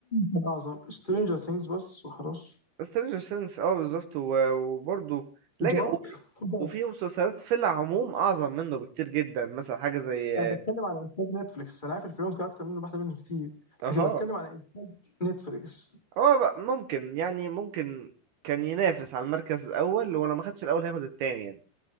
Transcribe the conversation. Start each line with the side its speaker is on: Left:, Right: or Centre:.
Left: كان اعظم سترينجر ثينجز بس وخلاص
Right: سترينجر ثينجز اه بالظبط و... وبرضو لكن
Left: ودارك
Right: وفي
Left: ودارك
Right: وفي مسلسلات في العموم اعظم منه بكتير جدا مثلا حاجة زي
Left: انا بتكلم
Right: آه،
Left: على انتاج نتفليكس انا عارف ان في يوم في اكتر منه واحده منه كتير
Right: اها
Left: لكن بتكلم على انتاج نتفليكس
Right: هو بقى ممكن يعني ممكن كان ينافس على المركز الاول ولو ما خدش الاول هياخد التاني يعني